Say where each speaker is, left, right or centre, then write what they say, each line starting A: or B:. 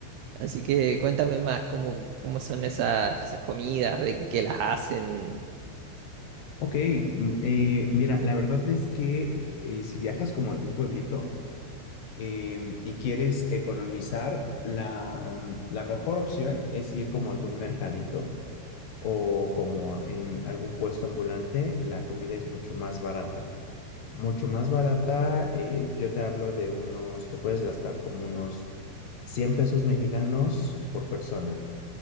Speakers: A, on the right; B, on the left.
A: Así que cuéntame más cómo, cómo son esas, esas comidas, de qué las hacen.
B: Ok, mm, eh, mira, la verdad es que eh, si viajas como a algún pueblito, em, y quieres economizar, la, mm, la mejor opción es ir como a algún mercadito o como a- en algún puesto ambulante, la comida es mucho más barata. Mucho más barata,
A: Ok,
B: eh, yo te hablo de unos, te puedes gastar como unos 100 pesos mexicanos por persona,